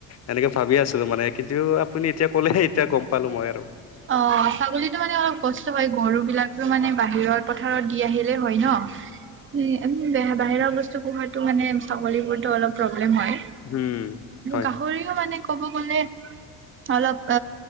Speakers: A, on the left; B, on the right.
A: এনেকে ভাবি আছিলো মানে কিন্তু আপুনি এতিয়া ক'লেহে এতিয়া গম পালো মই। আৰু।
B: অঁ' ছাগলীতো মানে অলপ কষ্ট হয়, গৰু বিলাকতো মানে বাহিৰত পথাৰত দি আহিলে হয় ন' আমি বাহিৰৰ বস্তু পোহাতো মানে ছাগলীবোৰতো অলপ প্ৰব্লেম হয়,
A: উম হয়
B: গাহৰি
A: হয়
B: টো মানে ক'ব গ'লে অলপ